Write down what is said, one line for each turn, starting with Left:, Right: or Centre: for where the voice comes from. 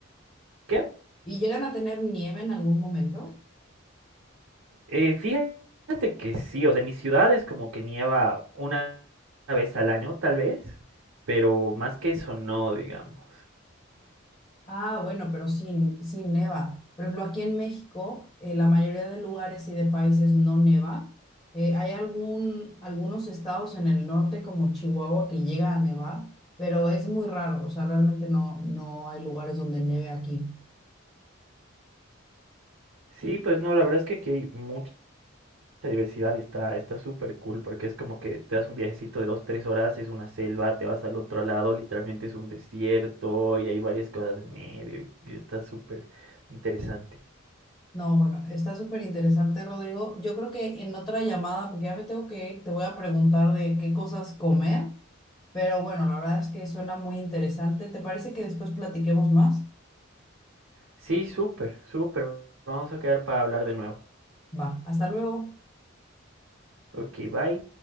Right: ¿Qué?
Left: ¿Y llegan a tener nieve en algún momento?
Right: Eh, fíjate que sí, o sea, en mis ciudades como que nieva una vez al año, tal vez, pero más que eso no, digamos.
Left: Ah, bueno, pero sin, sin neva. Por ejemplo, aquí en México, eh, la mayoría de lugares y de países no neva. Eh, hay algún, algunos estados en el norte, como Chihuahua, que llega a nevar, pero es muy raro. O sea, realmente no, no hay lugares donde neve aquí.
Right: Sí, pues no, la verdad es que aquí hay mucha mucha diversidad y está está súper cool porque es como que te das un viajecito de dos, tres horas, es una selva, te vas al otro lado, literalmente es un desierto y hay varias cosas en medio y, y está súper interesante.
Left: No, bueno, está súper interesante, Rodrigo. Yo creo que en otra llamada, porque ya me tengo que ir, te voy a preguntar de qué cosas comer Pero bueno, la verdad es que suena muy interesante. ¿Te parece que después platiquemos más?
Right: Sí, súper, súper. Vamos a quedar para hablar de nuevo.
Left: Va, hasta luego.
Right: Ok, bye.